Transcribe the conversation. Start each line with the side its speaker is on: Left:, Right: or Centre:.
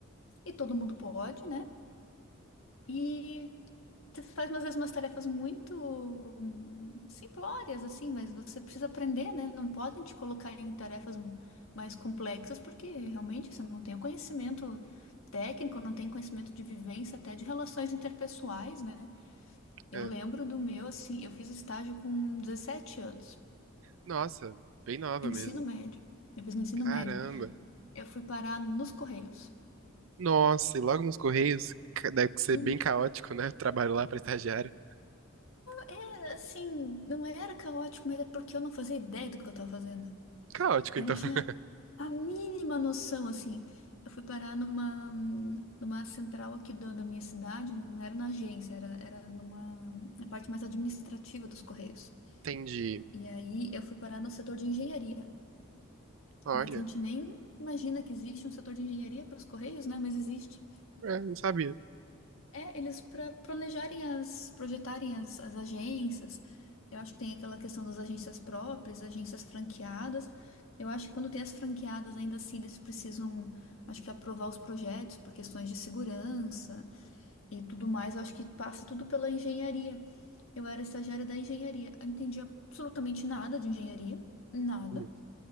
Left: E todo mundo pode, né? E tu faz às vezes umas tarefas muito hum, simplórias, assim, mas você precisa aprender, né? Não podem te colocar em tarefas mais complexas, porque realmente você não tem o conhecimento técnico, não tem conhecimento de vivência, até de relações interpessoais, né? Eu
Right: É.
Left: lembro do meu, assim, eu fiz estágio com 17 anos,
Right: Nossa, bem nova
Left: ensino
Right: mesmo.
Left: médio. Eu fiz no ensino
Right: Caramba.
Left: médio. Eu fui parar nos Correios.
Right: Nossa, e logo nos Correios, ca- deve ser
Left: Uhum.
Right: bem caótico, né? <laughs> Trabalho lá pra estagiário.
Left: É, assim, não era caótico, mas é porque eu não fazia ideia do que eu tava fazendo.
Right: Caótico,
Left: Eu
Right: então.
Left: não tinha
Right: <laughs>
Left: a mínima noção, assim. Eu fui parar numa, hum, numa central aqui do- da minha cidade, não era na agência, era, era numa, na parte mais administrativa dos Correios.
Right: Entendi.
Left: E aí eu fui parar no setor de engenharia.
Right: Olha,
Left: Mas a gente nem imagina que existe um setor de engenharia para os Correios, né? Mas existe.
Right: é, não sabia.
Left: É, eles para planejarem as, projetarem as, as agências. Eu acho que tem aquela questão das agências próprias, agências franqueadas. Eu acho que quando tem as franqueadas, ainda assim, eles precisam, acho que aprovar os projetos por questões de segurança e tudo mais. Eu acho que passa tudo pela engenharia. Eu era estagiária da engenharia. Eu não entendi absolutamente nada de engenharia, nada.
Right: Hum.